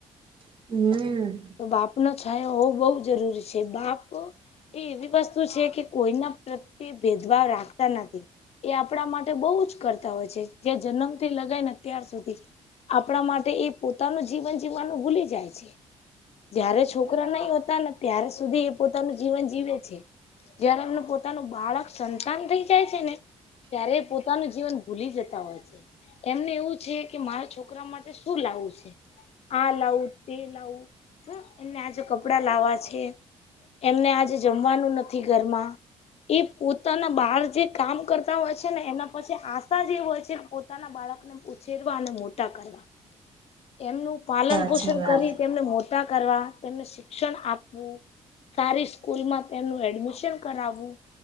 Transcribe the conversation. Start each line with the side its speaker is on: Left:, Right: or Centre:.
Right: હમ્મ
Left: તો બાપ નો છાયો હોવું બહુ જરૂરી છે, બાપ એ એવી વસ્તુ છે કે કોઈના પ્રત્યે ભેદભાવ રાખતા નથી, એ આપણા માટે બહુ જ કરતા હોય છે, જે જન્મથી લગાય ને અત્યાર સુધી, આપણા માટે એ પોતાનું જીવન જીવવાનું ભૂલી જાય છે. જયારે છોકરા નહી હોતા ને ત્યારે સુધી એ પોતાનું જીવન જીવે છે, જયારે એમનું પોતાનું બાળક સંતાન થઈ જાય છે ને ત્યારે પોતાનું જીવન ભૂલી જતા હોય છે, એમને એવું છે કે મારા છોકરા માટે શું લાવવું છે, આ લાવું તે લાવું એને આજે કપડા લાવવા છે, એમને આજે જમવાનું નથી ઘરમાં એ પોતાના બાર જે કામ કરતા હોય છે ને એના પછી આશા જેવી હોય છે, કે પોતાના બાળકને ઉછેરવા અને મોટા કરવા એમનું પાલન
Right: સાચી
Left: પોષણ
Right: વાત
Left: કરી તેમને મોટા ટા કરવા તેમને શિક્ષણ આપવું, સારી સ્કૂલમાં તેમનું એડમિશન કરાવવું